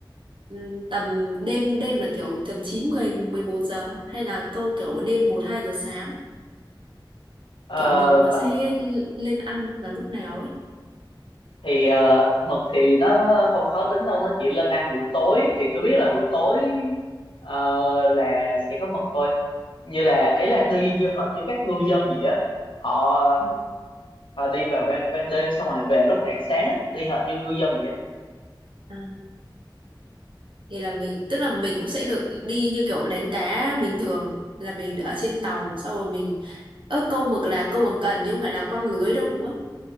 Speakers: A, on the right; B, on the left.
A: Ừ, tầm đêm đêm là kiểu tầm chín mười mười một giờ hay là câu kiểu đêm một hai giờ sáng
B: Ờ,
A: kiểu mực nó
B: tầm
A: sẽ lên ăn vào lúc nào ấy
B: thì ờ, mực thì nó không khó tính đâu nó chỉ lên ăn buổi tối thì cứ biết là buổi tối ờ, là sẽ có mực thôi như là ấy là
A: Ờ,
B: đi như hệt như các ngư dân vậy á họ
A: Ừ.
B: họ đi vào ban ban đêm xong rồi về lúc rạng sáng á đi hệt như ngư dân vậy á
A: à. thì là mình tức là mình cũng sẽ được đi như kiểu đánh cá bình thường là mình ở trên tàu sau rồi mình ớ câu mực là câu bằng cần chứ không phải là quăng lưới đâu đúng không